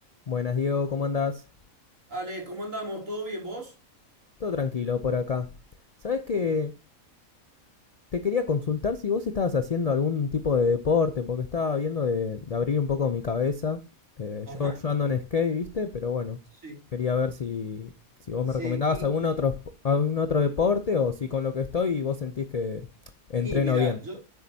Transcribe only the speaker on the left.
Buenas, Diego, ¿cómo andás?
Todo tranquilo por acá. ¿Sabés que te quería consultar si vos estabas haciendo algún tipo de deporte? Porque estaba viendo de, de abrir un poco mi cabeza. Eh,
yo, yo ando en skate, ¿viste? Pero bueno,
quería ver si, si vos
me recomendabas
algún otro, esp- algún otro deporte o si con lo que estoy vos sentís que entreno
bien.